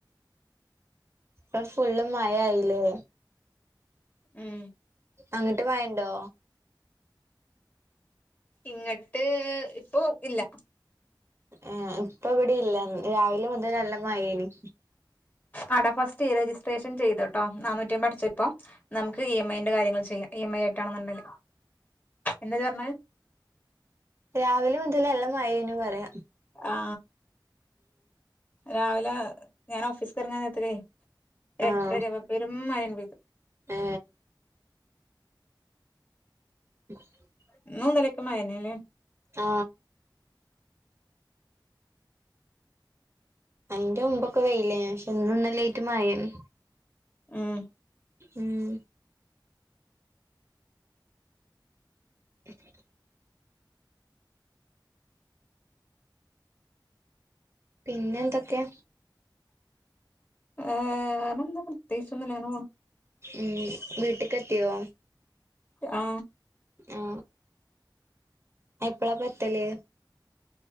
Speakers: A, on the right; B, on the left.
A: ഇപ്പം ഫുള്ള് മഴ ആയില്ലേ
B: ഉം
A: അങ്ങട്ട് മഴണ്ടോ
B: ഇങ്ങട്ട് ഇപ്പൊ ഇല്ല
A: ആ ഇപ്പൊ ഇവിടെ ഇല്ല രാവിലെ മുതൽ നല്ല മഴേനി
B: ആ ടാ ഫസ്റ്റ് ഈ രജിസ്ട്രേഷൻ ചെയ്ത്ട്ടോ നാന്നൂറ്റിഅമ്പത് അടച്ച് ഇപ്പോം നമുക്ക് ഇ എം ഐ ന്റെ കാര്യങ്ങൾ ചെയ്യാം ഇ എം ഐ എന്താ ഇജ്ജ് പറഞ്ഞെ
A: രാവിലെ മുതല് നല്ല മഴേനു പറയ
B: ആ രാവിലെ ഞാൻ ഓഫീസ് <unintelligible>
A: ആഹ്
B: പേരും മഴ പെയ്‌തു
A: ഏ <inaudible>
B: ഇന്നും ഇന്നാലിം ഒക്കെ മഴ ന്നെ ലെ
A: ആ അയിന്റെ മുമ്പൊക്കെ വെയിലേനി പക്ഷെ ഇന്നും ഇന്നലിം ആയിട്ട് മഴയാണ്
B: ഉം
A: ഉം <inaudible> പിന്നെ എന്തൊക്കെ
B: ഏ വേറെ എന്താ പ്രത്യേകിച്ചൊന്നുല്ല അങ്ങനെ പോണു
A: ഉം വീട്ട്ക്ക് എത്തിയോ
B: ആ
A: ആ എപ്പളാ പ്പൊ എത്തല്